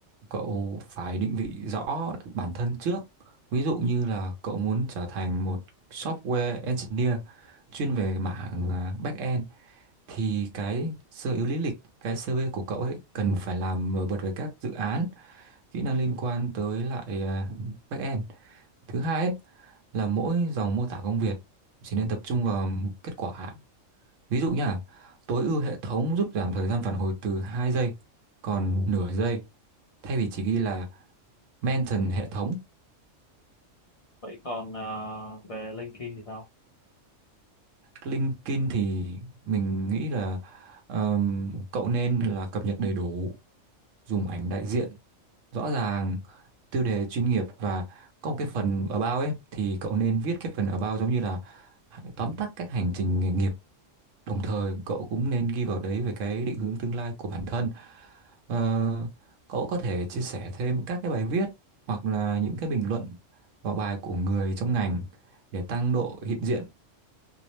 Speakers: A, on the right; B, on the left.
A: cậu phải định vị rõ bản thân trước. Ví dụ như là cậu muốn trở thành một software engineer chuyên về mảng à, back-end thì cái sơ yếu lý lịch, cái CV của cậu ấy cần phải làm nổi bật về các dự án, kỹ năng liên quan tới lại à, back-end. Thứ hai ấy là mỗi dòng mô tả công việc chỉ nên tập trung vào kết quả Ví dụ nhá tối ưu hệ thống giúp giảm thời gian phản hồi từ 2 giây còn nửa giây. Thay vì chỉ ghi là mention hệ thống,
B: vậy còn à, về LinkedIn thì sao
A: LinkedIn thì mình nghĩ là ờm, cậu nên là cập nhật đầy đủ, dùng ảnh đại diện rõ ràng, tiêu đề chuyên nghiệp và có một cái phần about ấy thì cậu nên viết cái phần about giống như là tóm tắt các hành trình nghề nghiệp Đồng thời cậu cũng nên ghi vào đấy về cái định hướng tương lai của bản thân. Ờ, cậu có thể chia sẻ thêm các cái bài viết hoặc là những cái bình luận vào bài của người trong ngành để tăng độ hiện diện.